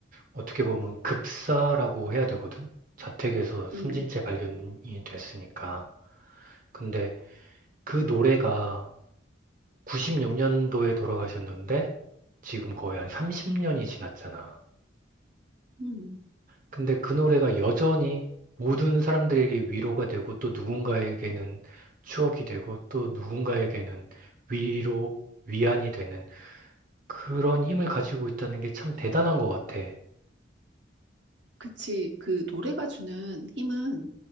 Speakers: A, on the right; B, on the right.
A: 어떻게 보면 급사라고 해야 되거든. 자택에서 숨진
B: 음,
A: 채 발견이 됐으니까. 근데 그 노래가 96년도에 돌아가셨는데 지금 거의 한 30년이 지났잖아.
B: 음,
A: 근데 그 노래가 여전히 모든 사람들에게 위로가 되고 또 누군가에게는 추억이 되고 또 누군가에게는 위로, 위안이 되는 그런 힘을 가지고 있다는 게 참 대단한 것 같아.
B: 그치. 그 노래가 주는 힘은